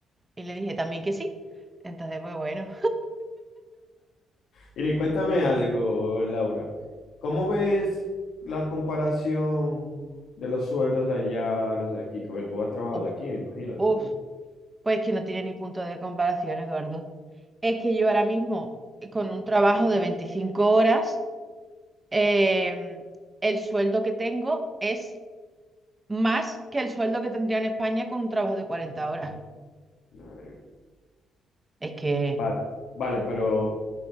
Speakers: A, on the right (about 20°); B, on the left (about 80°).
A: Y le dije también que sí. Entonces, pues bueno,
B: Y le- cuéntame algo, Laura. ¿Cómo ves la comparación de los sueldos de allá a los de aquí? Porque tú has trabajado
A: uf,
B: aquí, me imagino
A: uf,
B: también.
A: pues que no tiene ni punto de comparación, Eduardo. Es que yo ahora mismo, con un trabajo de 25 horas, em, el sueldo que tengo es más que el sueldo que tendría en España con un trabajo de 40 horas.
B: Madre mía.
A: Es que...
B: Vale, vale, pero